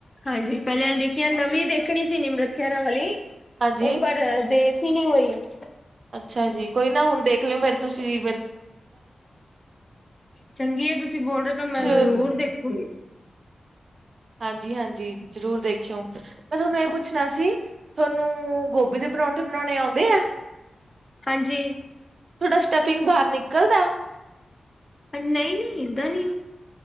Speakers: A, on the left; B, on the right.
A: ਹਾਂਜੀ ਪੈਲੇ ਆਲੀਆਂ ਦੇਖੀਆਂ, ਨਵੀਂ ਦੇਖਣੀ ਸੀ ਨੀਮ੍ਰਤ ਖੈਰਾ ਵਾਲੀ
B: ਹਾਂਜੀ,
A: ਓ ਪਰ ਦੇ <inaudible>
B: ਅੱਛਾ ਜੀ, ਕੋਈ ਨਾ ਹੁਨ ਦੇਖ ਲੇਓ ਫੇਰ ਤੁਸੀਂ ਵੀ
A: ਚੰਗੀ ਆ ਤੁਸੀਂ ਬੋਲ ਰੇ ਓ ਤਾਂ
B: ਕੁਛ
A: ਮੈਂ ਜ਼ਰੂਰ ਦੇਖ <inaudible>
B: ਹਾਂਜੀ, ਹਾਂਜੀ ਜਰੂਰ ਦੇਖ ਮੈਂ ਥੋਨੂੰ ਏ ਪੁੱਛਨਾ ਸੀ, ਥੋਨੂ ਗੋਬੀ ਦੇ ਪਰੌਂਠੇ ਬਨਾਓਣੇ ਆਉਂਦੇ ਆ?
A: ਹਾਂਜੀ।
B: ਥੋਡਾ ਸਟਫਿੰਗ ਬਾਹਰ ਨਿਕਲਦਾ?
A: ਨਈ, ਨਈ ਏਦਾਂ ਨੀ।